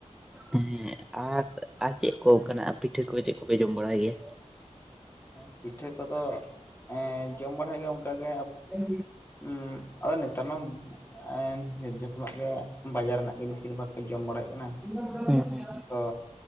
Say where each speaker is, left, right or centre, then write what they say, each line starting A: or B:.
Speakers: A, in the centre; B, on the left.
A: ᱮᱸᱜ ᱟᱨ ᱟᱨ ᱪᱮᱫ ᱠᱚ ᱚᱱᱠᱟᱱᱟᱜ ᱯᱤᱴᱷᱟᱹ ᱠᱚ ᱪᱮᱫ ᱠᱚᱯᱮ ᱡᱚᱢ ᱵᱟᱲᱟᱭ ᱜᱮᱭᱟ᱾
B: ᱦᱮᱸ ᱯᱤᱴᱷᱟᱹ ᱠᱚᱫᱚ ᱮᱸ ᱡᱚᱢ ᱵᱟᱲᱟ ᱦᱳᱭᱳᱜ ᱜᱮᱭᱟ ᱚᱱᱠᱟ ᱜᱮᱼᱼ
A: ᱦᱩᱸ
B: <inaudible> ᱩᱸ ᱟᱫᱚ ᱱᱮᱮᱛᱟᱨᱱᱟᱢ ᱮᱸ ᱡᱚᱛᱚᱣᱟᱜ ᱜᱮ ᱵᱟᱡᱟᱨ ᱨᱮᱱᱟᱜ ᱜᱮ ᱵᱤ ᱵᱮᱥᱤᱨ ᱵᱷᱟᱜᱽ ᱠᱚ ᱡᱚᱢ ᱵᱟᱲᱟᱭᱮᱫ ᱠᱟᱱᱟ
A: ᱦᱩᱸ ᱦᱩᱸ
B: ᱛᱚ